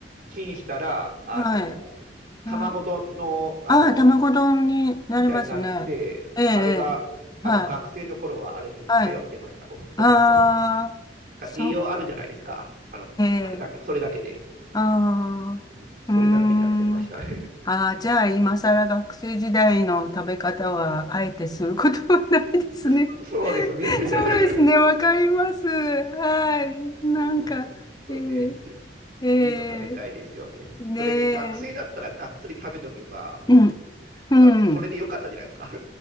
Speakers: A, on the right (about 55°); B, on the left (about 25°).
A: チンしたら、あの、
B: はい。へ
A: 卵丼の、
B: え、
A: あの、
B: ああ、卵丼になりますね。
A: みたいになって、
B: ええ、ええはい、
A: あれが、あの、学生の頃はあれに頼ってました、
B: はい。
A: ほ、ほとんど。
B: ああ、
A: なんか栄養あるじゃないですか。
B: そ、
A: あの、
B: ええ
A: あれだけ、それだけで。
B: ああ、
A: うん。それだけでやってましたね。
B: うーん。ああ、じゃあ今更学生時代の食べ方はあえてすることはないですね。
A: <laughs> そうですね。
B: <laughs>
A: <laughs>
B: そうですね、わかります。はい。なんか、
A: うんもうちょっとね、
B: えー、え
A: いいの食べたいですよね。
B: ー、ね
A: それに学生だったらがっつり食べとけば、
B: え、うん、うん。
A: まあ、そそれでよかったじゃないですか。